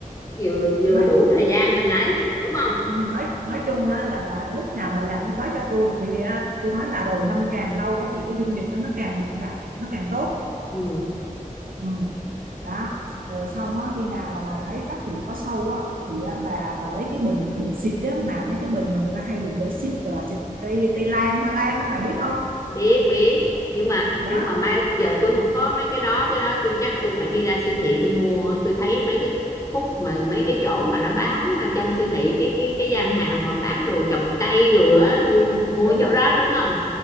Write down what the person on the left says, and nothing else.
vừa vừa
đủ thời gian mình ấy đúng không
ừ
biết biết nhưng mà
nhưng mà mai giờ tôi không có mấy cái đó cái đó tôi chắc tôi phải đi ra siêu thị tôi mua tôi thấy mấy cái khúc mà mấy cái chỗ mà nó bán ở trong siêu thị cái cái cái gian hàng mà bán đồ trồng cây rồi á mua mua
chỗ đó đúng không